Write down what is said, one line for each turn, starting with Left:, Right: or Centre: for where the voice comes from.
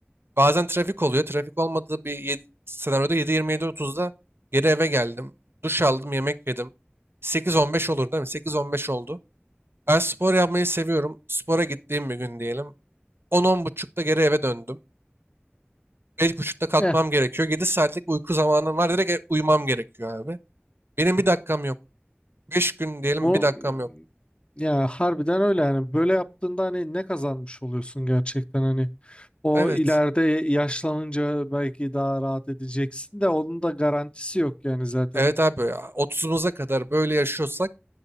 Right: Bazen trafik oluyor. Trafik olmadığı bir yed- senaryoda 7.27-30'da geri eve geldim. Duş aldım, yemek yedim. 8.15 olur değil mi? 8.15 oldu. Ben spor yapmayı seviyorum. Spora gittiğim bir gün diyelim. 10 buçukta geri eve döndüm. beş buçukta kalkmam
Left: Eh,
Right: gerekiyor. 7 saatlik uyku zamanım var. Direkt e- uyumam gerekiyor abi. Benim bir dakikam yok. 5 gün diyelim
Left: bu
Right: bir dakikam yok.
Left: ya harbiden öyle yani. Böyle yaptığında hani ne kazanmış oluyorsun gerçekten hani O
Right: Evet.
Left: ileride yaşlanınca belki daha rahat edeceksin de onun da garantisi yok yani zaten.
Right: Evet abi ya. 30'umuza kadar böyle yaşıyorsak